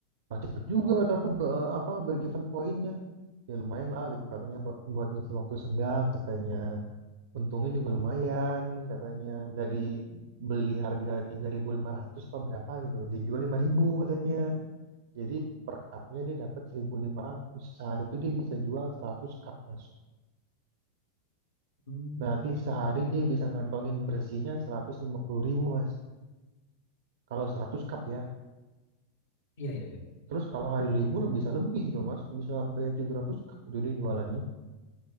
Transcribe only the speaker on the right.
ah cepet juga kata aku be- apa break even poinnya ya lumayan lah ah, gitu katanya buat buat ngisi waktu senggang katanya untungnya juga lumayan katanya dari beli harga 3.500 apa berapa gitu dijual 5.000 katanya jadi per cupnya dia dapat seribu lima ratus sehari itu dia bisa jual 100 cup mas
Berarti sehari dia bisa ngantongin bersihnya 150 ribu, Mas. Kalau 100 cup ya.
Terus kalau hari libur bisa lebih tuh, Mas. Bisa sampai 300 cup itu dia jualannya.